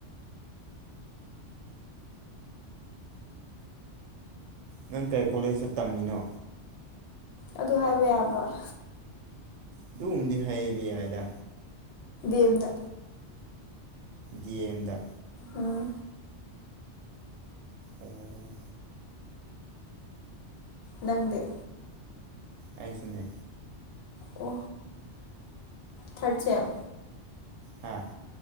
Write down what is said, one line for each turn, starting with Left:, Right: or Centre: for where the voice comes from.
Right: ꯅꯪ ꯀꯔꯤ ꯀꯣꯂꯦꯖꯇ ꯇꯝꯃꯤꯅꯣ
Left: ꯑꯗꯨ ꯍꯥꯏꯕ ꯌꯥꯕ꯭ꯔꫭ
Right: ꯑꯗꯨꯒꯨꯝꯗꯤ ꯍꯥꯌꯦꯕꯤ ꯍꯥꯏꯗ
Left: ꯦꯝꯗ
Right: ꯗꯤꯑ ꯑꯦꯝꯗ
Left: ꯎꯝ
Right: ꯎꯝ
Left: ꯅꯪꯗꯦ
Right: ꯑꯩꯥꯏꯁꯨꯨꯅꯦ
Left: ꯀ ꯊꯥꯔꯆꯦꯝ
Right: ꯍꯥꯥ